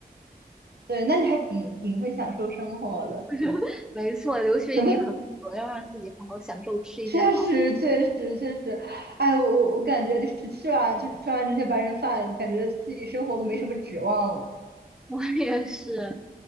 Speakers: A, on the right; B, in the centre.
A: 对，那你还挺挺会享受生活的。
B: <laughs> 没错，留学一定很苦，
A: 怎么？
B: 要让自己好好享受吃一些好的。
A: 确实，确实，确实，哎，我我我感觉就是吃完，就是吃完这些白人饭，感觉自己生活都没什么指望了。
B: <laughs> 我也是，